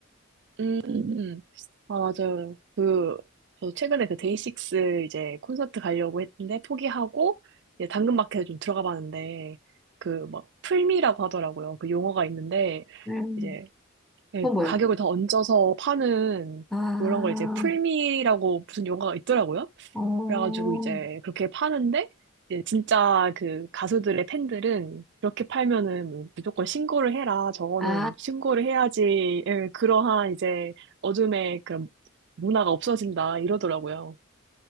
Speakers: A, on the right; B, in the centre.
A: 음, 음, 음. 아, 맞아요. 그, 저 최근에 그 데이식스 이제 콘서트 가려고 했는데 포기하고, 이제 당근마켓에 좀 들어가 봤는데, 그 막 풀미라고 하더라고요. 그 용어가 있는데,
B: 음,
A: 이제 예,
B: 그건 뭐예요?
A: 가격을 더 얹어서 파는
B: 아,
A: 그런 걸 이제 풀미라고 무슨 용어가 있더라고요.
B: 어,
A: 그래가지고 이제 그렇게 파는데 이제 진짜 그 가수들의 팬들은 그렇게 팔면은 뭐 무조건 신고를 해라. 저거는
B: 아.
A: 신고를 해야지. 예, 그러한 이제 어둠의 그런 문화가 없어진다 이러더라고요.